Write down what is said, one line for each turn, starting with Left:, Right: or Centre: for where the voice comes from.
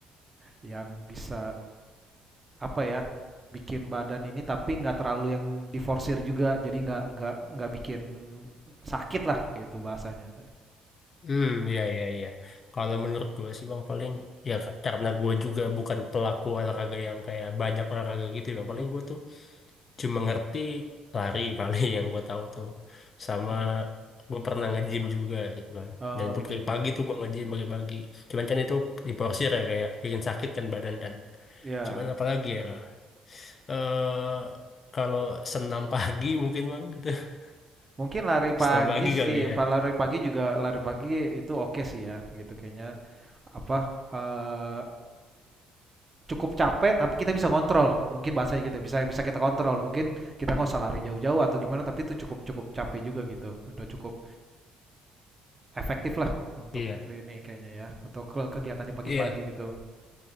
Right: yang bisa apa ya bikin badan ini tapi nggak terlalu yang diforsir juga jadi nggak nggak nggak bikin sakit lah gitu bahasanya
Left: Hmm, ya, ya, ya. Kalau menurut gue sih bang paling ya ka- karena gue juga bukan pelaku olahraga yang kayak banyak olahraga gitu ya,
Right: Mhm.
Left: bang. Paling gue tuh cuma ngerti lari <laughs> paling yang gue tahu tuh. Sama
Right: hmm.
Left: gue pernah nge-gym juga gitu kan.
Right: oh
Left: Dan itu
Right: nge-gym
Left: pagi-pagi
Right: ya
Left: tuh gue nge-gym pagi-pagi. Cuman kan itu diporsir ya kayak bikin sakit kan badan kan.
Right: Ya,
Left: Cuman apalagi ya. Eh kalau senam <laughs> pagi mungkin bang gitu. <laughs>
Right: mungkin lari pagi
Left: Senam pagi kali
Right: sih
Left: ya.
Right: pak lari pagi juga lari pagi itu oke sih ya gitu kayaknya apa eh cukup capek tapi kita bisa kontrol mungkin bahasanya gitu bisa bisa kita kontrol mungkin kita nggak usah lari jauh-jauh atau gimana tapi itu cukup cukup capek juga gitu udah cukup Efektif lah untuk
Left: Iya.
Right: ini kayaknya ya, untuk ke kegiatan di pagi-pagi
Left: Iya,
Right: gitu.